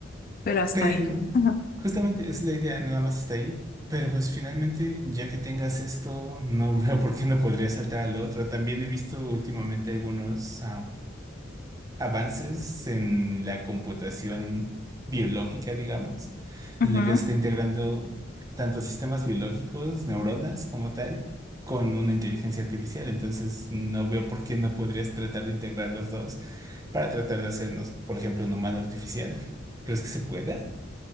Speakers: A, on the left; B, on the right.
A: Pero hasta
B: Pero
A: ahí. Ajá.
B: justamente esa es la idea, nada más está ahí. Pero pues finalmente, ya que tengas esto, no <laughs> veo por qué no podría saltar al otro. También he visto últimamente algunos avances en la computación biológica, digamos,
A: Ujú.
B: en la que se está integrando tanto sistemas biológicos, neuronas como tal, con una inteligencia artificial. Entonces, no veo por qué no podrías tratar de integrar los dos para tratar de hacernos, por ejemplo, un humano artificial. ¿Crees que se pueda?